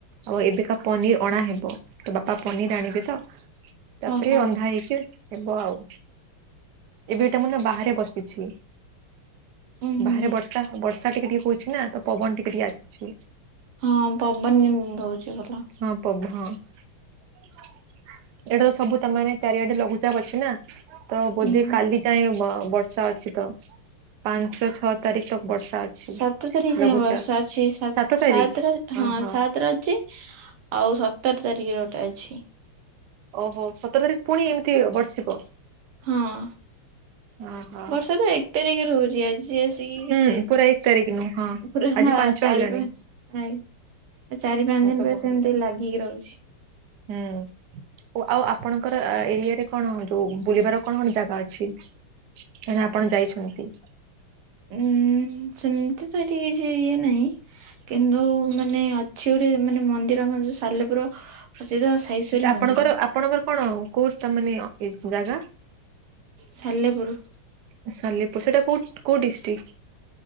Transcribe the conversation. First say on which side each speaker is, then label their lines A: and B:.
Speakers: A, on the right; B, on the right.
A: ଆଉ ଏବେକା ପନିର ଅଣା ହେବ ତ ବାପା ପନିର ଆଣିବେ ତ ତାପରେ
B: ହଁ ହଁ
A: ରନ୍ଧା ହେଇଛି ଏବେ ହେବ ଆଉ ଏବେ ଏଇଟା ମାନେ ବାହାରେ ବସିଛି।
B: ଉଁ ହୁଁ।
A: ବାହାରେ ବର୍ଷା ହ ବର୍ଷା ଟିକେ ଟିକେ ହଉଛି ନା ତ ପବନ ଟିକେ ଟିକେ ଆସୁଛି।
B: ହଁ ପବନ ଦଉଛି ଭଲ।
A: ହଁ ପବ ହଁ ଇଆଡେ ତ ସବୁ ତ ମାନେ ଚାରିଆଡେ ଲଘୁଚାପ ଅଛି ନା ତ
B: ହୁଁ।
A: ବୋଧେ କାଲି ଯାଏଁ ବ ବର୍ ଷା ଅଛି ତ ପାଞ୍ଚ ଛଅ ତାରିକ ବର୍ଷା ଅଛି
B: ସାତ ତାରିଖ ଯାଏଁ
A: ଲଘୁଚାପ
B: ବର୍ଷା ଅଛି ସାତ୍
A: ସାତ
B: ସାତରେ
A: ତାରିଖ।
B: ହଁ
A: ଓହୋ
B: ସାତରେ ଅଛି। ଆଉ ସତର ତାରିଖରେ ଗୋଟେ ଅଛି।
A: ଓହୋ ସତର ତାରିଖ ପୁଣି ଏମିତି ବର୍ଷିବ।
B: ହଁ
A: ଓହୋ
B: ବର୍ଷା ତ ଏକ ତାରିଖରୁ ହଉଛି ଆ ଜି ଆସିକି
A: ହୁଁ
B: କେତେ
A: ପୁରା ଏକ ତାରିଖ ନୁ ହଁ
B: ପୁରା
A: ଆଜି
B: ମା
A: ପାଞ୍ଚ
B: ଚାରି
A: ହେଲାଣି।
B: ପା ଆଇଁ ତ ଚାରି ପାଞ୍ଚ
A: ମୁଁ
B: ଦିନ
A: ତ
B: ପୁରା
A: ବହ
B: ସେମତି ଲାଗିକି ରହୁଛି।
A: ହୁଁ। ଓ ଆଉ ଆପଣଙ୍କର ଆ ଏରିଆରେ କଣ ଯୋଉ ବୁଲିବାର କଣ କଣ ଜାଗା ଅଛି। ତାହାନେ ଆପଣ ଯାଇଛନ୍ତି।
B: ଉଁ ସେମତି ତ ଏଠି କିଛି ଇଏ ନାହିଁ। କିନ୍ତୁ ମାନେ ଅଛି ଗୋଟେ ମାନେ ମନ୍ଦିର ଆମର ଯୋଉ ସାଲେପୁର ପ୍ରସିଦ୍ଧ। ସାଇଶ୍ଵରୀ
A: ଆଛା ଆପଣଙ୍କର
B: ମନ୍ଦିର
A: ଆପଣଙ୍କର କଣ କୋଉ ତ ମାନେ ଅ ଏ ଜାଗା?
B: ସାଲେପୁରୁ।
A: ଓ ସାଲେପୁର ସେଟା କୋଉ କୋଉ ଡିଷ୍ଟିକ୍?